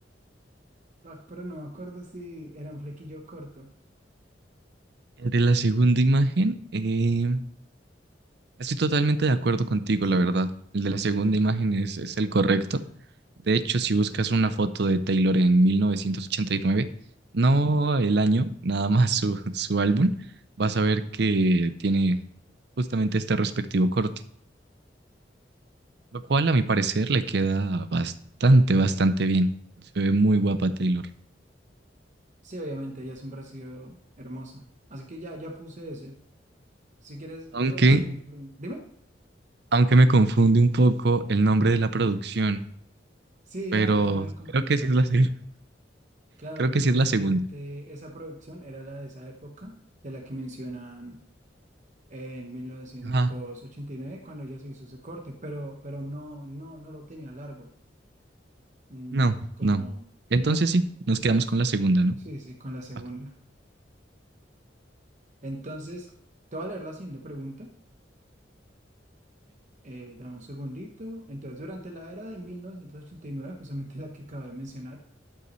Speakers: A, on the right; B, on the right.
A: pa- pero no me acuerdo si era un flequillo corto,
B: El de la segunda imagen, eh, estoy totalmente de acuerdo contigo,
A: ¿sí?
B: la verdad. El de la segunda imagen es, es el correcto. De hecho, si buscas una foto de Taylor en 1989, no el año, nada más su, <laughs> su álbum, vas a ver que tiene justamente este respectivo corte. Lo cual, a mi parecer, le queda bastante, bastante bien. Se ve muy guapa Taylor.
A: Sí, obviamente, ella siempre ha sido hermosa. Así que ya, ya puse ese. Si quieres,
B: Aunque,
A: leo la siguiente pregunta. Dime.
B: aunque me confunde un poco el nombre de la producción,
A: Sí,
B: pero
A: no, a mí también me confundió.
B: creo que sí es la, se- <laughs>
A: Claro,
B: creo
A: porque
B: que sí
A: justamente
B: es la segunda.
A: esa producción era la de esa época, de la que mencionan en mil novecientos
B: Ajá.
A: ochenta y nueve cuando ya se hizo ese corte, pero, pero no, no, no lo tenía largo. Mm,
B: No,
A: como,
B: no. Entonces
A: no, co-
B: sí, nos
A: claro,
B: quedamos
A: sí.
B: con la segunda, ¿no?
A: Sí, sí, con la segunda.
B: Ok.
A: Entonces, te voy a leer la siguiente pregunta. Eh, dame un segundito. Entonces, durante la era de mil novecientos ochenta y nueve justamente la que acabo de mencionar,